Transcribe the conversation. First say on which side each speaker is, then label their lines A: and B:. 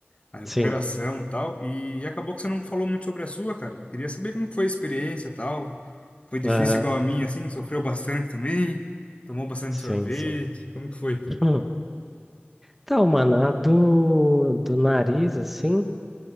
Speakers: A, on the left; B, in the centre.
A: a recuperação
B: Sim.
A: e tal, e acabou que você não falou muito sobre a sua, cara. Eu queria saber como que foi a experiência e tal. Foi difícil
B: Aham,
A: igual a minha, assim? Sofreu bastante também? Tomou bastante
B: Sim,
A: sorvete?
B: sim.
A: Como que foi?
B: <clears throat> Hum. Então, mano, a do, do nariz, assim,